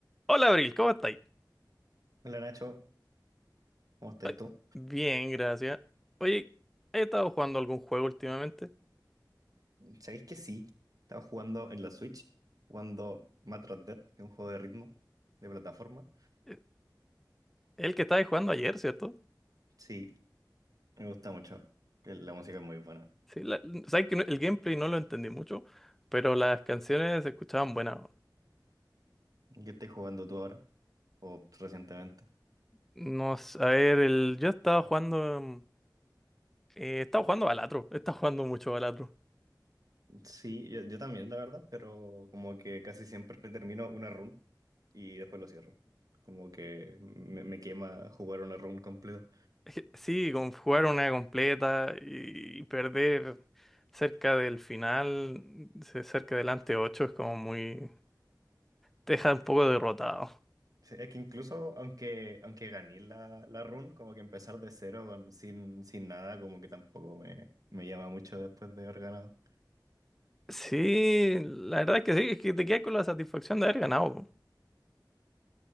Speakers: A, in the centre; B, on the right.
A: Hola Abril, ¿cómo estáis?
B: Hola Nacho, ¿cómo estáis
A: Ay,
B: tú?
A: Bien, gracias. Oye, ¿he estado jugando algún juego últimamente?
B: ¿Sabéis que sí? Estaba jugando en la Switch, jugando Metroid Dead, que es un juego de ritmo, de plataforma.
A: Eh, El que estabais jugando ayer, ¿cierto?
B: Sí, me gusta mucho, que la música es muy buena.
A: Sí, la- sabes que no- el gameplay no lo entendí mucho, pero las canciones se escuchaban buenas.
B: ¿Qué estás jugando tú ahora? ¿O recientemente?
A: No sé, a ver, el, yo estaba jugando. mm, eh, estaba jugando Balatro, estaba jugando mucho Balatro.
B: Sí, yo, yo también, la verdad, pero como que casi siempre termino una run y después lo cierro. Como que me, me quema jugar una run completa.
A: Es que Sí, con jugar una completa y perder cerca del final, ce- cerca del ante 8 es como muy. Te deja un poco derrotado.
B: Sí, Es que incluso aunque, aunque gané la, la run, como que empezar de cero con, sin, sin nada, como que tampoco me, me llama mucho después de haber ganado.
A: Sí, la verdad es que sí, es que te quedas con la satisfacción de haber ganado. po.